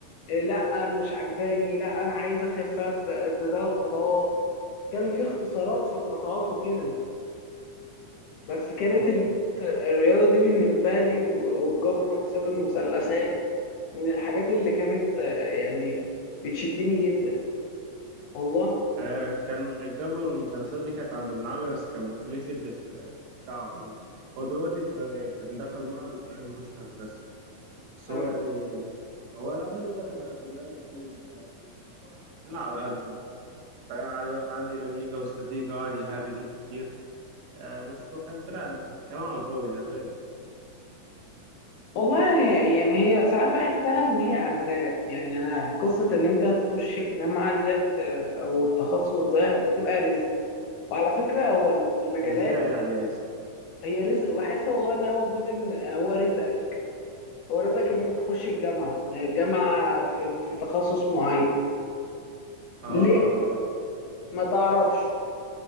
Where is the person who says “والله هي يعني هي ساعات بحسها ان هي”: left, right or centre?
Left